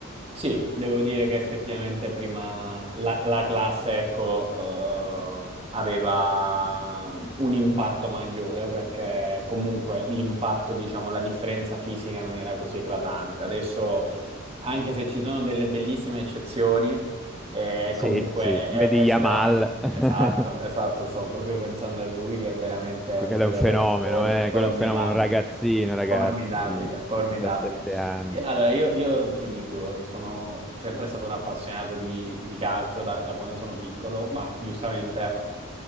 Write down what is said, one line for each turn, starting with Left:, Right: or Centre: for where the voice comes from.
Right: Sì, devo dire che effettivamente prima la, la classe, ecco, eh, aveva mm, un impatto maggiore perché comunque l'impatto, diciamo, la differenza fisica non era così eclatante. Adesso, anche se ci sono delle bellissime eccezioni, eh,
Centre: Sì,
Right: comunque
Centre: sì,
Right: è, è-
Centre: vedi
Right: è
Centre: Yamal,
Right: strano.
Centre: <laughs>
Right: Esatto, esatto, stavo proprio pensando a lui che è veramente
Centre: que-
Right: un
Centre: quello
Right: giocatore
Centre: è un fenomeno,
Right: for-
Centre: eh,
Right: formidabile.
Centre: quello è un fenomeno, un ragazzino, ragazzi,
Right: Formidabile, formidabile.
Centre: 17 anni,
Right: Io- Allora, io, io ti dico, sono sempre stato un appassionato di, di calcio da, da quando sono piccolo, ma giustamente